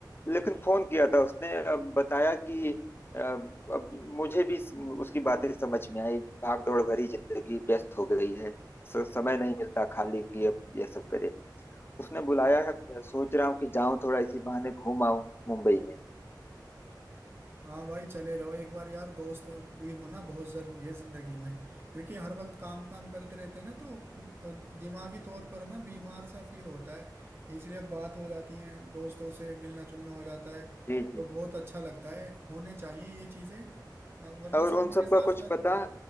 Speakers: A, on the left (about 30°); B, on the right (about 30°).
A: लेकिन फोन किया था उसने अब बताया कि अ, अब मुझे भी स- उसकी बातें समझ में आई भाग दौड़ भरी जिंदगी व्यस्त हो गई है स- समय नहीं मिलता खाली कि अब ये सब करे उसने बुलाया है सोच रहा हूँ कि जाऊं थोड़ा इसी बहाने घूम आऊं मुंबई में
B: हाँ भाई चले रहो एक बार यार दोस्त भी होना बहुत जरूरी है जिंदगी में क्योंकि हर वक्त काम काम करते रहते हैं ना तो अ, दिमागी तौर पर ना बीमार सा फील होता है इसलिए अब बात हो जाती है दोस्तों से मिलना जुलना हो जाता है
A: जी जी
B: तो बहुत अच्छा लगता है होने चाहिए ये चीजें अ, वरना
A: और
B: समय
A: उन सबका
B: के साथ
A: कुछ
B: साथ
A: पता